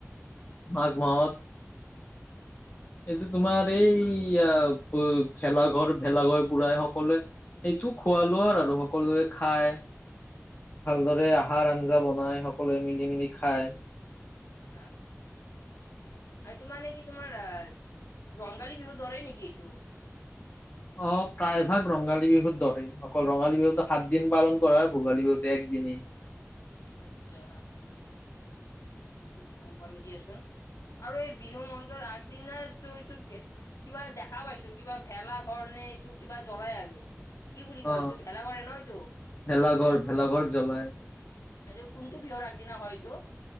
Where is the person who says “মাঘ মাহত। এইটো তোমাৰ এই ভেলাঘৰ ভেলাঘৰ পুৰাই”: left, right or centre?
Left